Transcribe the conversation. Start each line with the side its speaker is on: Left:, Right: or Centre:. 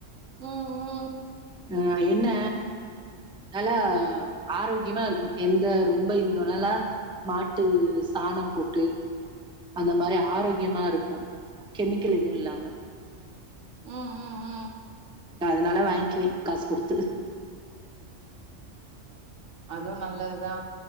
Right: உம் உம்
Centre: அ என்ன நல்லா ஆரோக்கியமா இருக்கு எந்த ரொம்ப இந்த உணல்லா மாட்டு சாணம் போட்டு அந்த மாதிரி ஆரோக்கியமா இருக்கு கெமிக்கல் எதுவு இல்லாம
Right: உம் உம் உம்
Centre: அதனால வாங்குவே காசு குடுத்து
Right: அதுவு நல்லதுதா